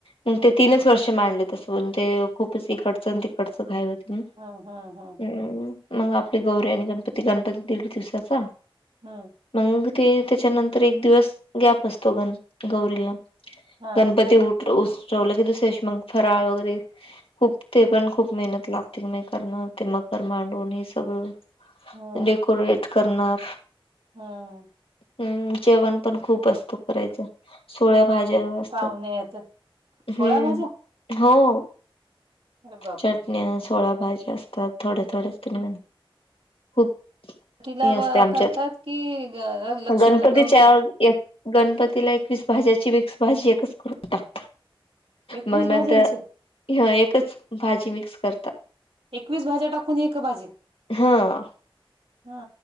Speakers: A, on the left; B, on the right.
A: मग ते तीनच वर्ष मांडल तसं पण ते खूपच इकडचं तिकडचं घाय होतय.
B: हा हा हा.
A: हम्म, मग आपली गौरी आणि गणपती गणपती दीड दिवसाचा.
B: हा.
A: मंग ते त्याच्यानंतर एक दिवस गॅप असतो गण गौरीला.
B: हा
A: गणपती उठ अस्त्वव लगे दुसऱ्या दिवशी मंग फराळ वगैरे. खूप ते पण खूप मेहनत लागते म करणार ते मकर मांडून हे सगळं
B: हम्म
A: डेकोरेट करणार
B: हा.
A: हम्म जेवण पण खूप असतो करायच सोळ्या
B: हम्म
A: भाज्या अस
B: पाहुणे येतात
A: हम्म
B: सोळा भाज्या
A: हो..
B: अरे बापरे
A: चटणी सोळया भाज्या असतात थोड्या थोड्या
B: हम्म
A: खूप
B: तिला
A: हे असते आमच्यात
B: करतात कि, लक्ष्मीला
A: गणपतीच्या
B: गौरीला.
A: एक गणपतीला एकवीस भाज्याची मिक्स भाजी एकच करून टाकतं.
B: एकवीस
A: म
B: भाज्यांची
A: नंतर हं एकच भाजी मिक्स करता.
B: एकवीस भाज्या टाकून एक भाजी
A: हा
B: हा.